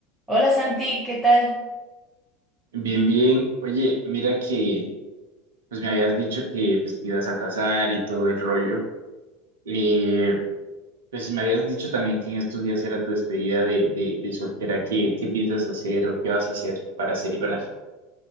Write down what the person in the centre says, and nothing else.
Hola Santi, ¿qué tal?